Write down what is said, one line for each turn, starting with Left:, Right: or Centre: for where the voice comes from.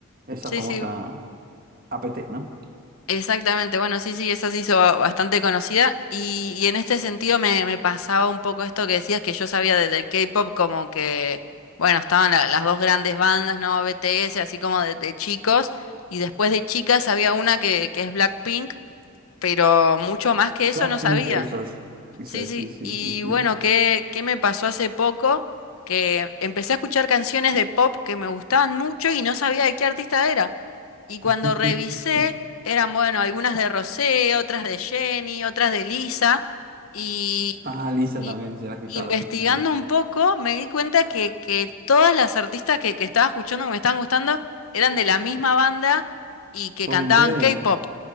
Right: Esa
Left: Sí,
Right: famosa
Left: sí,
Right: APT, ¿no?
Left: Exactamente, bueno, sí, sí, esa se hizo ba- bastante conocida y, y en este sentido me, me pasaba un poco esto que decías que yo sabía de- del K-pop como que, bueno, estaban la- las dos grandes bandas, ¿no? BTS, así como de, de chicos y después de chicas había una que, que es Blackpink, pero mucho más que eso
Right: Blackpink,
Left: no sabía.
Right: esos. Eso
Left: Sí,
Right: es,
Left: sí.
Right: sí, sí,
Left: Y
Right: sí, sí.
Left: bueno, ¿qué, qué me pasó hace poco? Que empecé a escuchar canciones de pop que me gustaban mucho y no sabía de qué artista era. Y cuando
Right: <laughs>
Left: revisé, eran, bueno, algunas de Rosé, otras de Jenny, otras de Lisa. Y,
Right: Ah, Lisa
Left: y-
Right: también, se la he escuchado,
Left: y investigando
Right: sí, sí.
Left: un poco, me di cuenta que, que todas las artistas que, que estaba escuchando, que me estaban gustando, eran de la misma banda y que
Right: ¡Hombre!
Left: cantaban K-pop.